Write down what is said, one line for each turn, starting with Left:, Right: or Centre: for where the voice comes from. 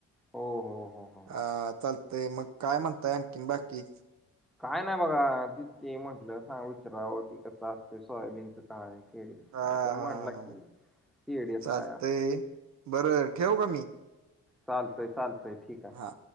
Centre: हो हो हो हो.
Right: हा चालतय की ते मग काय म्हणताय आणि किन बाकी
Centre: काय नाही बघा तिच की म्हटलं सांग विचारवं ती कस असतय सोयाबीनच काय केडीएस
Right: हा
Centre: काय तो
Right: हा
Centre: म्हणला की
Right: हा
Centre: केडीएस
Right: चालतंय
Centre: काय असत
Right: बरं ठेव का मी
Centre: चालतय चालतय ठीक आहे.
Right: हा